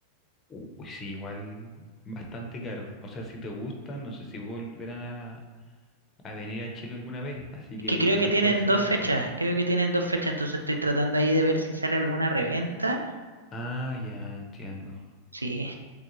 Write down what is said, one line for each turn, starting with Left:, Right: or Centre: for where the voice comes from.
Left: Uy, sí, igual bastante caro. O sea, si te gustan, no sé si volverán a, a venir a Chile alguna vez, así
Right: Es
Left: que
Right: que creo
Left: igual
Right: que tienen
Left: puede ser
Right: dos fechas,
Left: única.
Right: creo que tienen dos fechas, entonces estoy tratando ahí de ver si sale alguna reventa.
Left: Ah, ya entiendo.
Right: Sí.